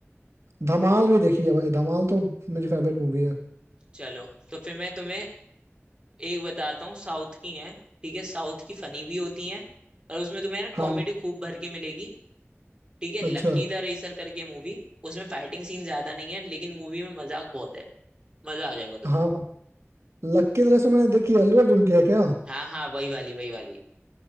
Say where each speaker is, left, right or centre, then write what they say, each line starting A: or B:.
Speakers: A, on the right; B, on the right.
A: धमाल भी देखी है भाई धमाल तो मेरी फेवरेट मूवी है
B: चलो तो फिर मैं तुम्हें एक बताता हूँ साउथ की है ठीक है साउथ की फनी भी होती है और उसमें तुम्हें ना
A: हाँ
B: कॉमेडी खूब भर के मिलेगी ठीक है लक्की
A: अच्छा
B: द रेसर करके मूवी उसमें फाइटिंग सीन ज्यादा नहीं है लेकिन मूवी में मजाक बहुत है मजा आ जाएगा तुम्हें
A: हाँ लक्की तरह से मैंने देखी है, अल्लू अर्जुन की है क्या
B: हाँ हाँ वही वाली वही वाली